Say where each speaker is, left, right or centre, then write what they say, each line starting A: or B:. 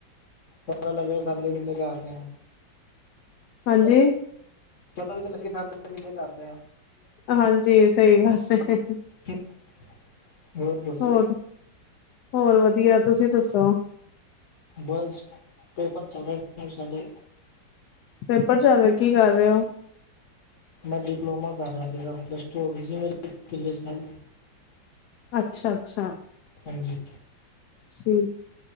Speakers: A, on the left; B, on the left.
A: ਪਤਾ ਲੱਗਿਆ ਖਾਂਦੇ-ਪੀਂਦੇ ਘਰ ਦੇ ਆ
B: ਹਾਂਜੀ
A: ਪਤਾ ਵੀ ਤਾਂ ਲੱਗੇ ਖਾਂਦੇ-ਪੀਂਦੇ ਘਰ ਦੇ ਆ
B: ਹਾਂਜੀ, ਸਹੀ ਗੱਲ ਏ।
A: <unintelligible> ਦੱਸੋ
B: ਹੋਰ-ਹੋਰ ਵਧੀਆ ਤੁਸੀਂ ਦੱਸੋ।
A: ਬਜ਼ ਪੇਪਰ ਚੱਲ ਰਹੇ ਸਾਡੇ
B: ਪੇਪਰ ਚੱਲ ਰਹੇ ਕੀ ਕਰ ਰਹੇ ਓ?
A: ਮੈਂ ਡਿਪਲੋਮਾ ਕਰ ਰਿਹਾ ਸੀਗਾ ਪਲੱਸ ਟੂ ਹੋ ਗਈ ਸੀ। ਮੇਰੇ ਪਿਛਲੇ ਸਾਲ
B: ਅੱਛਾ-ਅੱਛਾ
A: ਹਾਂਜੀ।
B: ਠੀ